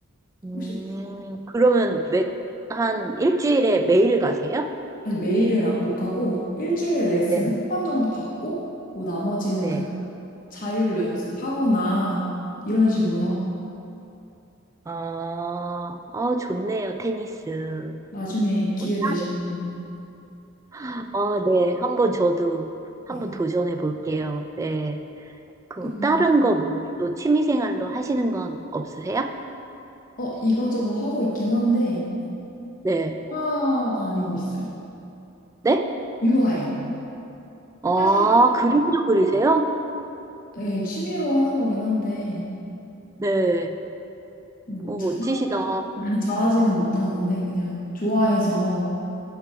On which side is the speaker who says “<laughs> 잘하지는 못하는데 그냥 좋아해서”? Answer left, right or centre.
Left